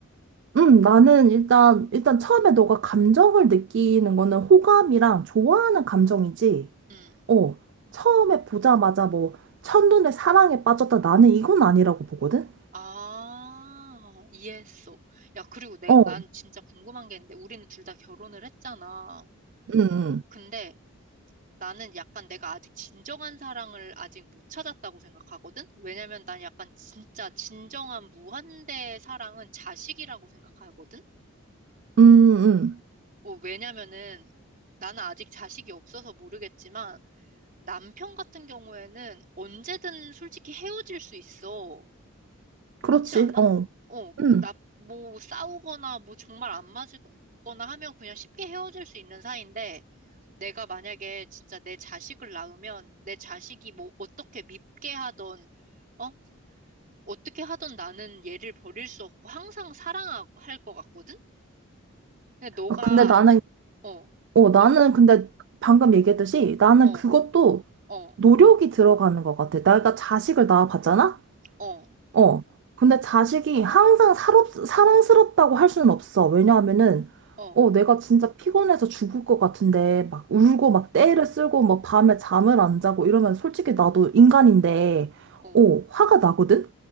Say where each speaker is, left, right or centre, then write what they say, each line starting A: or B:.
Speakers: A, on the right; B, on the right.
A: 음, 나는 일단, 일단 처음에 너가 감정을 느끼는 거는 호감이랑 좋아하는 감정이지,
B: 음.
A: 어, 처음에 보자마자 뭐, 첫눈에 사랑에 빠졌다, 나는 이건 아니라고 보거든?
B: 아, 이해했어. 야, 그리고 내,
A: 어,
B: 난
A: 음,
B: 진짜 궁금한 게 있는데 우리는 둘 다 결혼을 했잖아.
A: 음,
B: 근데 나는 약간 내가 아직 진정한 사랑을 아직 못 찾았다고 생각하거든? 왜냐면 난 약간 진짜 진정한 무한대의 사랑은 자식이라고 생각하거든?
A: 음, 음.
B: 어, 왜냐면은 나는 아직 자식이 없어서 모르겠지만 남편 같은 경우에는 언제든 솔직히 헤어질 수 있어.
A: 그렇지,
B: 그렇지 않아?
A: 어.
B: 어,
A: 음.
B: 나 뭐 싸우거나 뭐 정말 안 맞거나 하면 그냥 쉽게 헤어질 수 있는 사이인데 내가 만약에 진짜 내 자식을 낳으면 내 자식이 뭐 어떻게 밉게 하던, 어? 어떻게 하던 나는 얘를 버릴 수 없고 항상 사랑할 것 같거든? 근데 너가,
A: 아, 근데 나는,
B: 어,
A: 어, 나는
B: 너,
A: 근데 방금 얘기했듯이 나는
B: 어,
A: 그것도
B: 어,
A: 노력이 들어가는 것 같아. 내가 자식을 낳아봤잖아?
B: 어,
A: 어. 근데 자식이 항상 사롭, 사랑스럽다고 할 수는 없어. 왜냐하면은,
B: 어,
A: 어, 내가 진짜 피곤해서 죽을 것 같은데, 막 울고, 막 떼를 쓸고, 막 밤에 잠을 안 자고 이러면 솔직히 나도 인간인데,
B: 어.
A: 어, 화가 나거든?